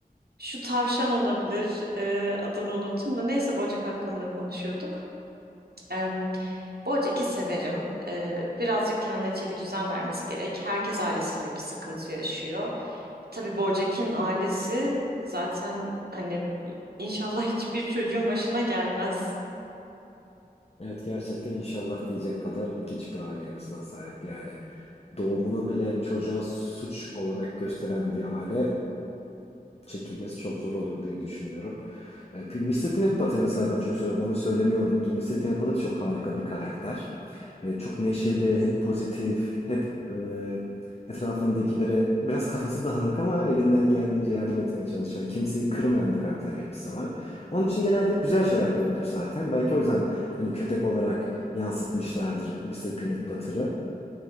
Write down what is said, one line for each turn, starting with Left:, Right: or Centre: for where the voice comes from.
Right: şu tavşan olabilir. E, adını unuttum da neyse Bojack hakkında konuşuyorduk. Em, Bojack'i severim. Ee, birazcık kendine çeki düzen vermesi gerek. Herkes ailesiyle bir sıkıntı yaşıyor. Tabii Bojack'in ailesi zaten hani inşallah hiçbir çocuğun başına gelmez.
Left: Evet gerçekten inşallah diyecek kadar ilginç bir aile yapısına sahip. Yani doğumunu bile çocuğa suç olarak gösteren bir aile çekilmesi çok zor olur diye düşünüyorum. E, P- Mr. Peanut Butter mesela ben çok seviyorum. Onu söylemeyi unuttum. Mr. Peanut Butter çok harika bir karakter. E, çok neşeli, hep pozitif, hep e, etrafındakilere biraz kafası dağınık ama elinden geldiğince yardım etmeye çalışan, kimseyi kırmayan bir karakter yapısı var. Onun için genelde hep güzel şeyler gördük zaten. Belki o yüzden hani köpek olarak yansıtmışlardır Mr. Peanut Butter'ı.